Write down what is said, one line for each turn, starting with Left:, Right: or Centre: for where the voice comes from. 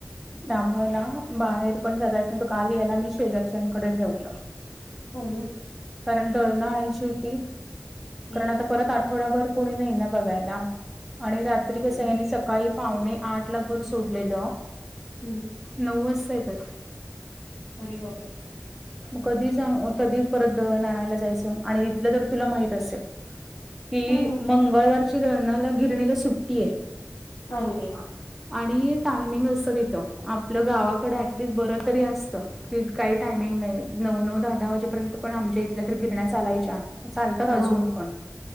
Left: हम्म,
Centre: त्यामुळे ना बाहेर पण जाता येत नाय काल मी याला शेजारच्यांकडे
Left: हम्म.
Centre: ठेवलं
Left: हो ना
Centre: कारण दळणं आणायची होती
Left: हम्म,
Centre: कारण आता
Left: हम्म,
Centre: परत आठवडाभर कोणी नाही ना बघायला आणि रात्री कसं
Left: हम्म,
Centre: आहे ह्यांनी सकाळी पावणे आठ ला घर सोडलेलं
Left: हम्म
Centre: नऊ वाजता येतात
Left: अरे बाप रे
Centre: कधी जाऊ कधी परत दळण आणायला जायचं आणि इथलं तर तुला माहित असेल की
Left: हम्म
Centre: मंगळवारची दळणाला गिरणीला सुट्टी आहे
Left: अरे देवा
Centre: आणि टायमिंग असतं तिथं आपलं गावाकडे ऍटलिस्ट बर तरी असतं, की काही टायमिंग नाही नऊ नऊ दहा दहा वाजेपर्यंत पण आमच्या इथल्या तर गिरण्या चालायच्या चालतात
Left: मग
Centre: अजून पण